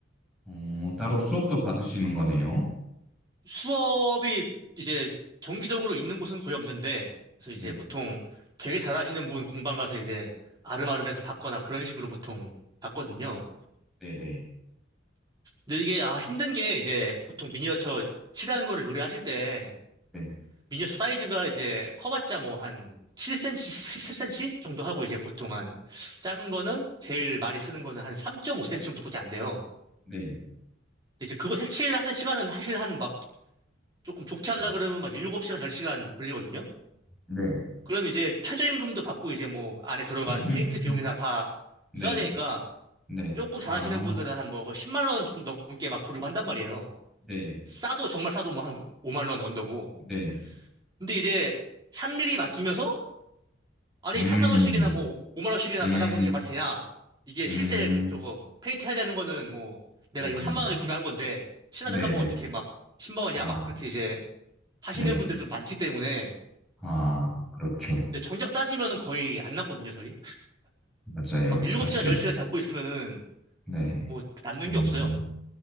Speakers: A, in the centre; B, on the right.
A: 어, 따로 수업도 받으시는 거네요.
B: 수업이 이제 정기적으로 있는 곳은 거의 없는데, 그래서
A: 네.
B: 이제 보통 되게 잘하시는 분 공방 가서 이제 아름아름해서 받거나 그런 식으로 보통 받거든요.
A: 네네.
B: 근데 이게 아 힘든 게 이제 보통 미니어처 칠하는 거를 요리하실 때
A: 네.
B: 미니어처 사이즈가 이제 커봤자 뭐 한 7cm, 10cm 정도 하고 이제 보통 한 작은 거는 제일 많이 쓰는 거는 한 3.5cm 정도밖에 안 돼요.
A: 네.
B: 이제 그거 색칠하는 시간은 사실 한 막 조금 좋게 하려
A: 음,
B: 그러면 막 7시간, 10시간 걸리거든요.
A: 네.
B: 그럼 이제 최저임금도 받고 이제 뭐 안에 들어간
A: <laughs>
B: 페인트 비용이나 다
A: 네.
B: 써야 되니까
A: 네.
B: 조금 잘하시는
A: 아,
B: 분들은 한 뭐 10만 원 좀 넘게 막 부르고 한단 말이에요.
A: 네.
B: 싸도 정말 싸도 뭐 한 5만 원 언더고.
A: 네.
B: 근데 이제 3mm 맡기면서 아니
A: 음,
B: 3만 원씩이나 뭐 5만 원씩이나
A: 음,
B: 받아먹는 게 말이 되냐. 이게
A: 음,
B: 실제 저거 페인트 해야 되는 거는 뭐 내가
A: 음.
B: 이거 3만 원에 구매한 건데 칠하는
A: 네네.
B: 값만 어떻게 막 10만 원이야
A: 아,
B: 막 그렇게 이제 하시는
A: 네.
B: 분들이 좀 많기 때문에
A: 아, 그렇죠.
B: 근데 정작 따지면은 거의 안 났거든요 저희.
A: 맞아요.
B: 막 일곱
A: 사실.
B: 시간 열 시간 잡고 있으면은
A: 네.
B: 뭐 남는
A: 음.
B: 게 없어요.